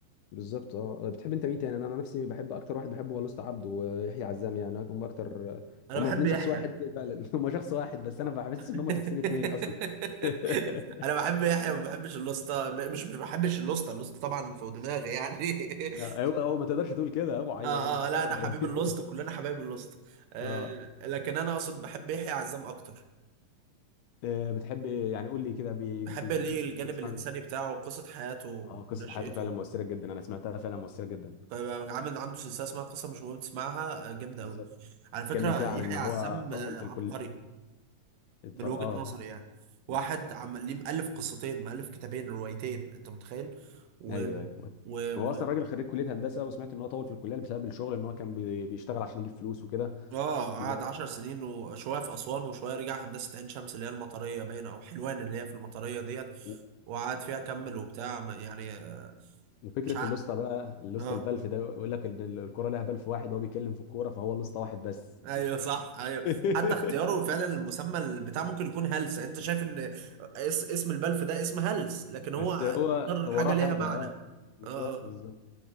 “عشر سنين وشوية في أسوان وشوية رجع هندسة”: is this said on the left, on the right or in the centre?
Right